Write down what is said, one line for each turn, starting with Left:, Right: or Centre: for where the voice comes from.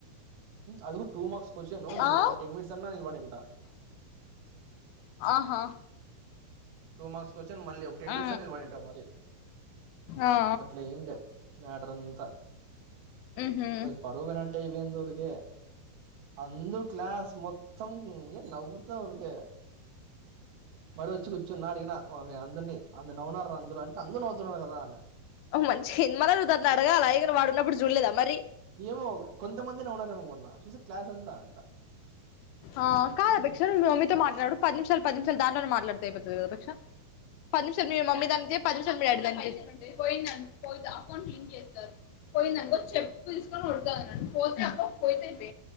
Right: అదికూడా టూ మార్క్స్ క్వశ్చన్
Left: ఆ
Right: ఒక టెన్ మినిట్స్ అన్నా ఇవ్వడు ఇంకా.
Left: ఆహా
Right: టూ మర్క్స్ మళ్ళీ ఒక టెన్
Left: ఆ
Right: మినిట్స్ అ నిలబడి ఉంట మరి
Left: ఆ
Right: అట్లా ఎంలే మ్యాటర్ అంతా
Left: ఉహు
Right: పరువుపోయినట్టటు అయిపోయింది. ఊరికె అందు క్లాస్ మొత్తం ఏ నవ్వుతాఊకే మరి వచ్చి అడిగిన ఓ వె అందరినీ అందరు నవ్వునారు అందరూ అంటే అందరూ నవ్వుతున్నారు కదా అని
Left: ఊ మంచిగా అయింది మన దాన్ని అడగాల ఇడ్ పడున్నప్పుడు చూడలేదా మరి
Right: ఏమో <unintelligible> అంతా అంట
Left: ఆ కాదు
Right: హ్మ్.
Left: బీక్ష నువు మమ్మీతో మాట్లాడు పది నిమిషాలు, పది నిమిషాలు దాంట్లోనే మాట్లాడు. అయితుంది కదా బిక్ష పది నిమిషాలు మీ మమ్మీ దానిక చేయి, పది నిమిషాలు డాడీ దానికి చేయి, పోయింద పోయి అకౌంట్ లింక్ చేస్తారు పోయిందినుకో చెప్పు తీసుకొనిడతారు నన్ను. పోతే అకౌంట్ పోతే పో